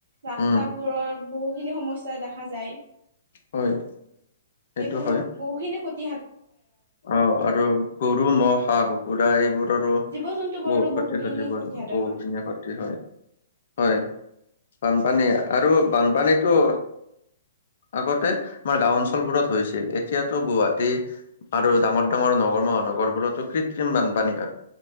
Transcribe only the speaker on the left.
উম,
হয়।
সেইটো হয়,
অ আৰু গৰু-ম'হ, হাঁহ -কুকুৰা এইবোৰৰো
বহুত
ক্ষতি স
বহুখিনি
ক্ষতি হয়। হয় বানপানী আৰু বানপানীটো আগতে আমাৰ গাঁও অঞ্চলবোৰত হৈছিল এতিয়াতো গুৱাহাটী- আৰু ডাঙৰ- ডাঙৰ নগৰ-মহানগৰবোৰতো কৃত্ৰিম বানপানী হয়।